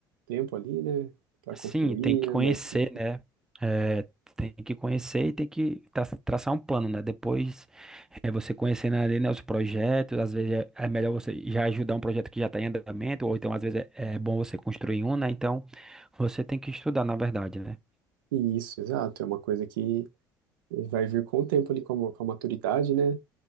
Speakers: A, on the right; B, in the centre.
A: tempo ali, né, para construir,
B: Sim, tem que
A: né,
B: conhecer,
A: uma equipe,
B: né? É, tem que conhecer e tem que tra- traçar um plano, né? Depois, é, você conhecendo ali, né, os projetos, às vezes é, é melhor você já ajudar um projeto que já está em andamento, ou então às vezes é, é bom você construir um, né? Então, você tem que estudar, na verdade, né?
A: e isso, exato, é uma coisa que vai vir com o tempo ali, com a, com a maturidade, né,